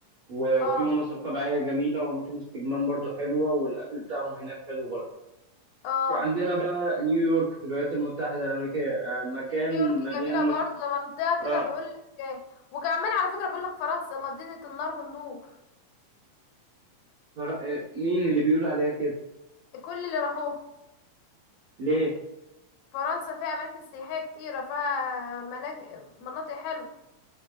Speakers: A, on the right; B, on the left.
A: و-
B: اه
A: وفي مناظر طبيعية جميلة وأماكن استجمام برضو حلوة والأكل بتاعهم هناك حلو برضو
B: اه
A: وعندنا بقى نيويورك في الولايات المتحدة الأمريكية آه، مكان
B: نيويورك
A: مليان
B: جميلة برضه
A: مصر
B: ده منطقة
A: آه
B: كده بيقول لك إيه. وكمان على فكرة بيقول لك فرنسا مدينة النار والنور
A: مر- آه، مين اللي بيقول عليها كده
B: كل اللي راحوها
A: ليه
B: فرنسا فيها أماكن سياحية كتيرة فيها مناج... مناطق حلوة